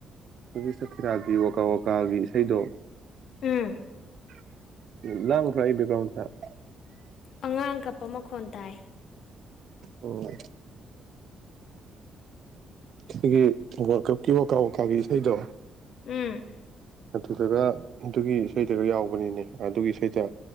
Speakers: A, on the right; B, on the left.
A: ꯍꯧꯒꯤ ꯁꯀꯤꯔꯥꯒꯤ ꯋꯥꯀꯥ ꯋꯥꯀꯥꯒꯤ ꯏꯁꯩꯗꯣ
B: ꯎꯝ
A: <unintelligible>
B: ꯑꯉꯥꯡ ꯀꯞꯄ ꯃꯈꯣꯟ ꯇꯥꯏ
A: ꯑꯣ <unintelligible> ꯑꯈꯣꯏꯒꯤ ꯋꯥꯔꯜꯀꯞꯀꯤ ꯃꯀꯥ ꯋꯥꯀꯥꯒꯤ ꯏꯁꯩꯗꯣ
B: ꯎꯝ
A: ꯑꯗꯨꯗꯒ ꯑꯗꯨꯒꯤ ꯏꯁꯩꯗꯒ ꯌꯥꯎꯕꯅꯤꯅꯦ ꯑꯗꯨꯒꯤ ꯏꯁꯩꯗ